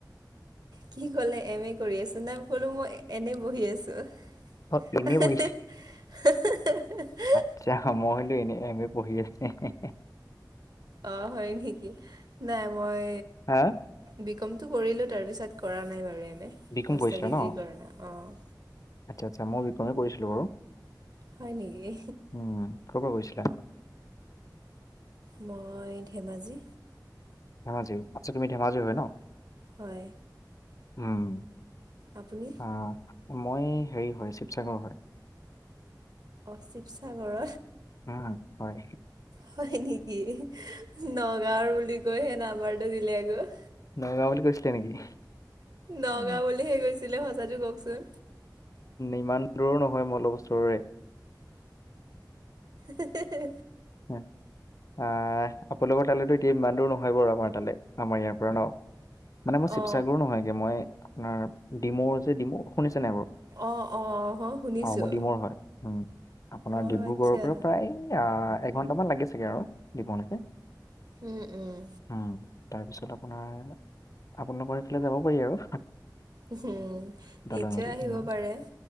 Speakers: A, on the right; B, on the left.
A: কি কলে এম এ কৰি আছ নাই কলো মই এনে বহি আছোঁ।
B: অ এনেই
A: অহোহহ
B: বহি
A: হুহহ
B: এতিয়া সময় হলো এনে এম এ পঢ়ি আছে হেহে
A: অঁ হয়ঁ নেকি নাই মই।
B: হা!
A: বিকমটো কৰিলোঁ তাৰপিছত কৰা নাই বাৰু M A
B: B com
A: master
B: কৰিছিলা
A: ডিগ্ৰী
B: ন
A: কৰা নাই অঁ।
B: আচ্ছা আচ্ছা মইয়ো বিকমে পঢ়িছিলো বাৰু।
A: হয়ঁ নেকি?
B: উমঁ ক'ৰ পৰা কৈৰিছিলা?
A: মই ধেমাজি।
B: ধেমাজি আচ্ছা তুমি ধেমাজিৰ হয় ন।
A: হয়।
B: উম।
A: আপুনি?
B: অঁ' মই হেৰি হয় শিৱসাগৰৰ হয়।
A: অ শিৱসাগৰ
B: উম, হয়
A: হয় নেকি। নগাঁওৰ বুলি কৈহে নাম্বাৰটো দিলে আকৌ।
B: নগাঁওৰ বুলি কৈছিলে নেকি।
A: নগাঁও
B: উম।
A: বুলিহে কৈছিলে সঁচাটো কওকচোন।
B: ইমান দূৰৰো নহয় মই অলপ ওচৰৰে।
A: হে হে হে।
B: <unintelligible> আহ আপোনালোকৰ তালৈ এতিয়া ইমান দূৰো নহয় বাৰু আমাৰ তালৈ আমাৰ ইয়াৰ পৰা ন। মানে মই
A: অ
B: শিৱসাগৰৰো নহয়গে মই আপোনাৰ ডিম'ৰ যে ডিম। শুনিছা নে নাই বাৰু
A: অ অ হ শুনিছো
B: অ মই ডিমোৰ হয় উম। আপোনাৰ
A: অ
B: ডিব্ৰুগড়ৰ
A: আচ্ছা
B: পৰা প্ৰায় আ এঘণ্টামান লাগি চাগে আৰু ডিমৌ লৈকে।
A: উম উম।
B: উম তাৰ পিছত আপোনাৰ আপোনালোকৰ এইফালে যাব পাৰি আৰু।
A: উম
B: দলং
A: নিশ্চয়
B: দি
A: আহিব
B: উম।
A: পাৰে।